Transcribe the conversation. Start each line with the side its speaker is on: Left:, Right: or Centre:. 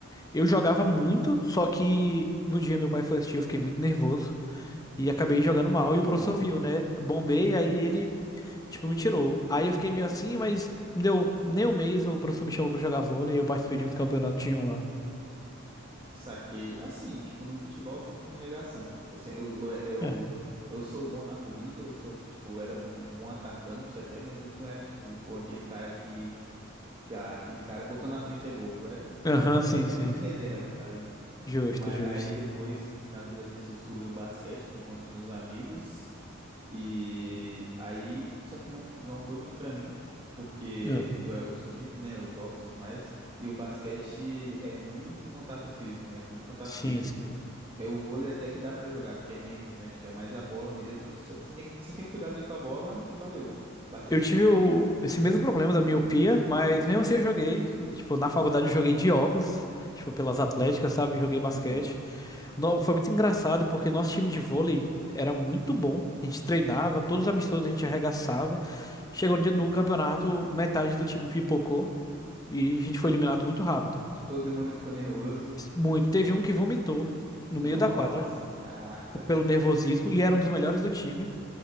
Left: Eu jogava muito, só que no dia meu pai foi assistir, eu fiquei muito nervoso e acabei jogando mal. E
Right: Bombou.
Left: o professor viu, né? Bombei, aí ele, tipo, me tirou. Aí eu fiquei meio assim, mas não deu nem um mês, o professor me chamou pra jogar vôlei e eu participei de uns campeonatinhos lá.
Right: Saquei. Assim, tipo, no futebol sempre foi uma negação. Tipo, assim, eu, eu, eu,
Left: É.
Right: eu sou bom na corrida, eu sou, tipo, eu era bom, um bom atacante até, mas eu não era, tipo, pô, aquele cara que sei lá, aquele cara botou na frente é gol. Eu era um,
Left: Aham,
Right: um atacante
Left: sim, sim.
Right: aí de reserva, sabe?
Left: Justo,
Right: Mas
Left: justo.
Right: aí depois, na adolescência, eu descobri o basquete por conta de uns amigos. E aí, só que não, f- não foi muito pra mim, porque
Left: Ah,
Right: eu, eu sou míope, né? Os óculos e tudo mais. E o basquete é muito contato físico, né? Muito contato
Left: sim,
Right: físico.
Left: sim.
Right: É o vôlei até que dá pra jogar, porque é menos, né? Tipo, é mais a bola mesmo e só você tem, você tem o cuidado ali com a bola e valeu. Basquete
Left: Eu tive
Right: não.
Left: o- esse mesmo problema da miopia, mas mesmo assim eu joguei. E, Tipo, na faculdade eu joguei de óculos, tipo, pelas atléticas, sabe? Joguei basquete.
Right: Uhum.
Left: No- Foi muito engraçado porque nosso time de vôlei era muito bom. A gente treinava, todos os amistosos a gente arregaçava. Chegou no dia no campeonato, metade do time pipocou e a gente foi eliminado muito rápido.
Right: Todo mundo ficou nervoso.
Left: Muito. Teve um que vomitou no
Right: Nossa,
Left: meio da quadra
Right: caraca.
Left: p- pelo nervosismo e era um dos melhores do time.